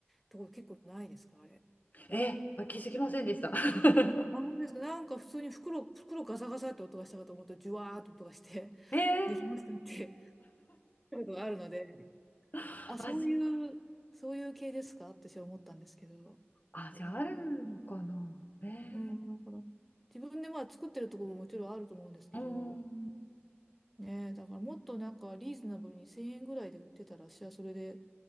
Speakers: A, in the centre; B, on the left.
A: ところ結構ないですか、あれ。
B: え、あ気づきませんでした。<laughs>
A: あ、本当ですか。なんか普通に袋、袋ガサガサって音がしたかと思うと、ジュワーっと音がして、
B: ええ
A: <laughs> できましたって <laughs> ことがあるので、
B: <laughs>
A: あ、
B: あ、
A: そういう、
B: じゃ
A: そういう系ですかって私は思ったんですけど、
B: あ、じゃあ、
A: だから、
B: あるのかな。えー、
A: うん、だから自分でまあ作ってるところももちろんあると思うんですけど、
B: うん。
A: ねえ、だからもっとなんかリーズナブルに1000円ぐらいで売ってたら、私はそれで